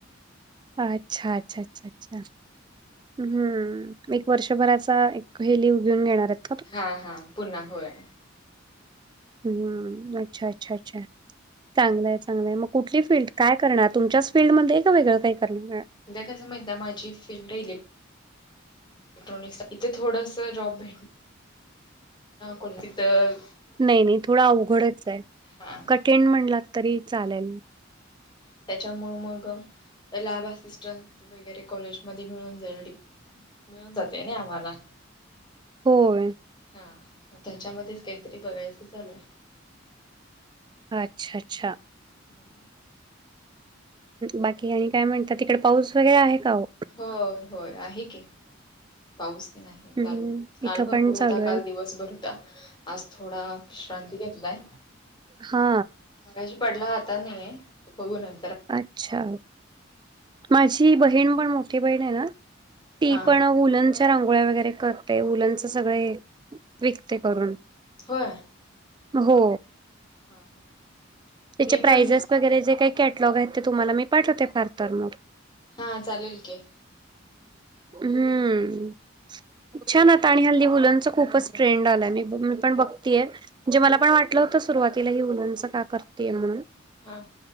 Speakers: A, on the right (about 25°); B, on the left (about 25°).
A: अच्छा अच्छा अच्छा अच्छा अच्छा. हम्म एक वर्षभराचा एक घेऊन देणाऱ्येत.
B: हा हा पुन्हा होय.
A: हम्म अच्छा अच्छा अच्छा. चांगलंय चांगलंय मग कुठली फील्ड काय करणार तुमच्याच फीलडमध्ये का वेगळं काही करणार.
B: तस म्हणजे माझी फील्ड इले. इलेट्रॉनिक इथे थोडस जॉब भेट. कोणती तर.
A: नाही नाही थोडा अवघडच आहे
B: हा
A: कठीण म्हणला तरी चालेल. <inaudible>
B: त्याच्यामुळ मग लॅब असिस्टंट वगैरे कॉलेजमध्ये मिळून जाईल डी. मिळून जातंय नाही आम्हाला.
A: होय.
B: हा मग त्याच्यामध्येच काहीतरी बघायचं चालूय.
A: अच्छा अच्छा.
B: हम्म.
A: बाकी आणि काय म्हणता तिकडे पाऊस वगैरे आहे का ओ.
B: होय होय आहे की. पाऊस पण आहे
A: हम्म
B: चालू काल
A: इथं
B: भरपूर
A: पण चालू
B: होता
A: आहे.
B: काल दिवसभर होता. आज थोडा शविश्रांती घेतलाय.
A: हा.
B: मगाशी पडला आता नाहीय तर बघू न.
A: अच्छा माझी बहीण पण मोठी बहीण आहे ना. ती
B: हा
A: पण वुलनच्या रांगोळ्या वैगेरे करते वूलच सगळे विकते करून.
B: होय.
A: हो
B: हा हा
A: त्याचे
B: मी
A: प्राइजेस
B: पण
A: वैगेरे जे काही. कॅटलॉग आहेत ते तुम्हाला मी पाठवते फार तर मग
B: हा चालेल की.
A: हम्म छान आता आणि हल्ली वुलंच खूपच. ट्रेंड आलाय मी मी पण बघतीय म्हणजे मला
B: हा
A: पण वाट. वाटल होत सुरुवातीला हे वूलनच का करतेय म्हणून.
B: हा